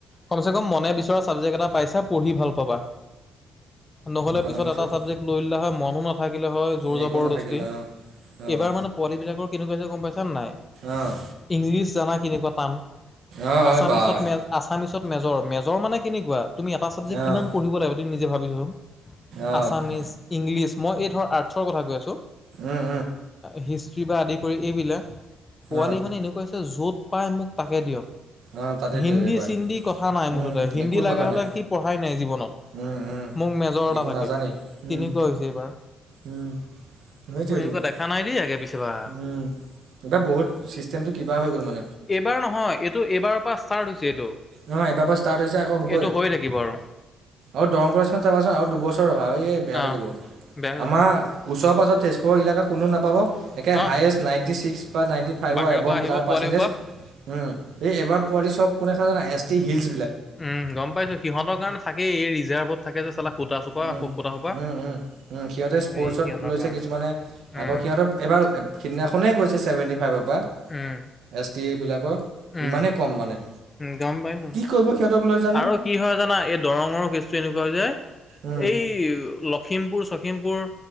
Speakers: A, on the left; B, on the right.
A: কমচে কম মনে বিচৰা ছাবজেক্ট এটা পাইছে পঢ়ি ভাল পাবা। নহ'লে
B: ইকনমিক্সত
A: পিছত এটা ছাবজেক্ট লৈ ল'লা হয় মনো না থাকিলে হয় জোৰ জবৰদস্তি
B: একো নাথাকিলে অঁ অঁ
A: এইবাৰ মানে পোৱালিবিলাকৰ কেনেকুৱাছে গম পাইছা নে নাই?
B: অঁ অঁ
A: ইংলিছ জানা কেনেকুৱা টান,
B: অঁ
A: আছামিচত
B: অঁ বাই
A: মে আছামিচত মেজৰ মেজৰ মানে কেনেকুৱা তুমি এটা ছাবজেক্ট
B: অঁ
A: কিমান পঢ়িব লাগিব তুমি নিজে ভাবি চোৱাচোন
B: অঁ
A: আছামিছ, ইংলিছ মই এই ধৰ আৰ্টছৰ কথা কৈ আছোঁ
B: অঁ
A: হিষ্ট্ৰী বা আদি কৰি এইবিলাক পোৱালি
B: অঁ
A: মানে এনেকুৱা হৈছে য'ত পাই মোক তাকে দিয়ক।
B: অ তাতে
A: হিন্দী
B: দিয়ক এইবাৰ
A: চিন্দি কথা নাই
B: উম
A: মুঠতে হিন্দী
B: একোৱে
A: লগা
B: কথা
A: হলে
B: নাই
A: সি পঢ়াই নাই জীৱনত।
B: উম উম
A: মোক মেজৰ
B: একো
A: এটা লাগে
B: নাজানেই
A: তেনেকুৱা
B: উম
A: হৈছে এইবাৰ।
B: উম, সেইটোৱেইটো।
A: মই এনেকুৱা
B: উম,
A: দেখা নাই দেই আগে পিছে বা।
B: এইবাৰ বহুত চিষ্টেমটো কিবা হৈ গ'ল মানে।
A: এইবাৰ নহয় এইটো এইবাৰৰ পৰা ষ্টাৰ্ট হৈছে এইটো।
B: নহয় এবাৰ পৰা ষ্টাৰ্ট হৈছে আকৌ হ'বই
A: এইটো হৈ থাকিব আৰু
B: উ দৰং কলেজখন চাবাচোন আৰু দুবছৰ ৰখা একে বেয়া
A: অ
B: হৈ যাব
A: বেয়া হৈ
B: আমাৰ
A: যাব
B: উচৰ পাজৰ তেজ পুৰৰ এলেকা কোনো নাপাব একে
A: অ।
B: হায়েষ্ট নাইণ্টি ছিক্স নাইনটি ফাইভৰ
A: বাহিৰৰ
B: এবোভ
A: পৰা আহিব
B: যাৰ
A: পোৱালি
B: পাৰ্চটেজ
A: সোপা।
B: উম, এবাৰ পোৱালি চব কোনে জানা এষ্টি হিলছ
A: উম, গম পাইছো সিহঁতৰ কাৰণে থাকেই এই ৰিজাৰ্ভত থাকে যে চালা কুটা সোপা
B: উম,
A: কুটা সোপা।
B: উম, উম, উম, সিহঁতে স্পৰ্টচত
A: সেই সিহঁতৰ
B: লৈছে
A: কাৰণে
B: কিছুমানে
A: উম
B: আকৌ সিহঁতৰ এবাৰ সিদিনাখনেই গৈছে চেভেনটি ফাইভৰ পৰা
A: উম
B: এছ টি এইবিলাকৰ
A: উম
B: ইমানেই কম মানে।
A: উম গম পাইছো
B: কি কৰিব সিহঁতক লৈ জানো
A: আৰু কি হয় জানা এই দৰঙৰো কেছটো এনেকুৱা হৈ যায়।
B: উম,
A: এই লখিমপুৰ চখীমপুৰ